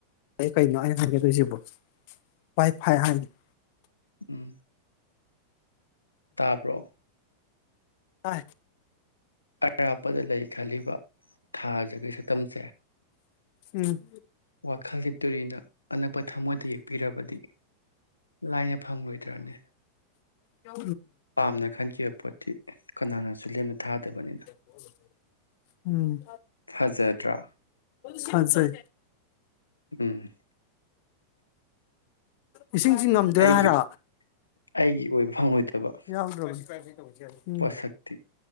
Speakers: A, on the left; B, on the left.
A: ꯑꯩ ꯀꯩꯅꯣ ꯑꯩꯅ ꯍꯥꯏꯪꯒꯗꯣꯏꯁꯤꯕ ꯐꯥꯏ ꯐꯥꯏ ꯍꯥꯏꯗꯤ
B: ꯎꯝ ꯇꯥꯕ꯭ꯔꯣ
A: ꯑ
B: ꯑꯔꯥꯞꯄꯗ ꯂꯩ ꯈꯜꯂꯤꯕ ꯊꯥꯖꯒꯤ ꯁꯛꯇꯝꯁꯦ
A: ꯎꯝ
B: ꯋꯥꯈꯜꯒꯤ ꯇꯨꯔꯤꯅ ꯑꯅꯛꯄ ꯊꯃꯣꯏꯗ ꯌꯦꯛꯄꯤꯔꯕꯗꯤ ꯂꯥꯏꯅ ꯐꯪꯂꯪꯂꯣꯏꯗ꯭ꯔꯅꯦ
A: ꯌꯥ
B: ꯄꯥꯝꯅ ꯈꯟꯈꯤꯕ ꯄꯣꯠꯇꯤ ꯀꯅꯥꯅꯁꯨ ꯂꯦꯝꯅ ꯊꯥꯗꯕꯅꯤꯅ
A: <inaudible> ꯎꯝ
B: ꯐꯖꯗ꯭ꯔꯥ
A: ꯐ ꯁꯥꯏ
B: ꯎꯝ
A: ꯏꯁꯤꯡꯁꯤ ꯉꯝꯗꯦ
B: ꯑꯩꯒꯤ
A: ꯍꯥꯏꯔ
B: ꯑꯩꯒꯤ ꯑꯣꯏꯕ ꯐꯪꯉꯣꯏꯗꯕ
A: ꯌꯥꯎꯗ꯭ꯔꯣ ꯎꯝ
B: ꯄꯣꯠꯁꯛꯇꯤ